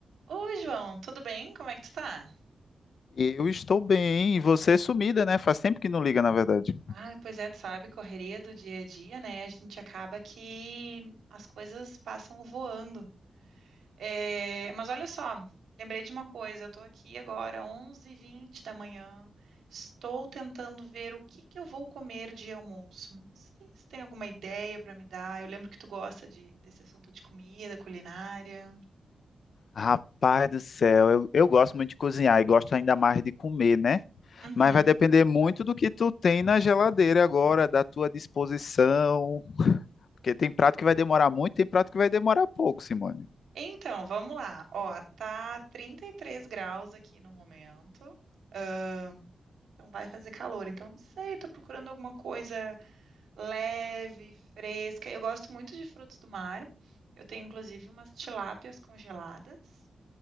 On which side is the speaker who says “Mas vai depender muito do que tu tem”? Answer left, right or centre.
Left